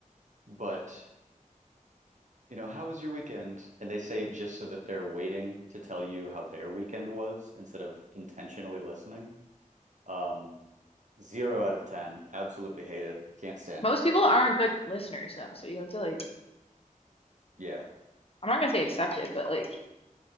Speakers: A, on the right (about 60°); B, on the left (about 45°).
A: but you know how was your weekend and they say it just so that they're waiting to tell you how their weekend was instead of intentionally listening um zero out of ten absolutely hate it can't stand
B: Most
A: it
B: people aren't good listeners though, so you have to like,
A: yeah
B: I'm not gonna say accepted, but like